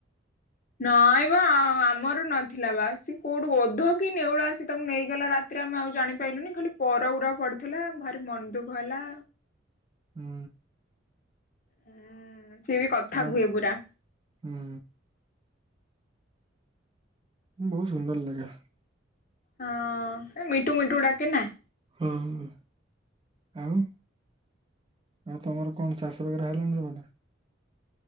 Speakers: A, on the left (about 45°); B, on the right (about 25°).
A: ନାଇଁ ବା ଆ ଆମର ନଥିଲା ବା ସିଏ କୋଉଠୁ ଓଧ କି ନେଉଳ ଆସି ତାକୁ ନେଇଗଲା ରାତିରେ ଆମେ ଆଉ ଜାଣିପାଇଲୁନି। ଖାଲି ପର ଉରାକ ପଡିଥିଲା ଭାରି ମନ ଦୁଃଖ ହେଲା।
B: ହୁଁ।
A: ହୁଁ। ସିଏ ବି କଥା
B: ଆଉ
A: କୁହେ ପୁରା।
B: ହୁଁ ବହୁତ ସୁନ୍ଦର ଲାଗେ।
A: ହଁ ଏ ମିଟୁ ମିଟୁ ଡାକେ ନା।
B: ଅ ହ, ଆଉ ଆଉ ତମର କଣ ଚାଷ ବଗେରା ହେଲାଣି ସେପଟେ?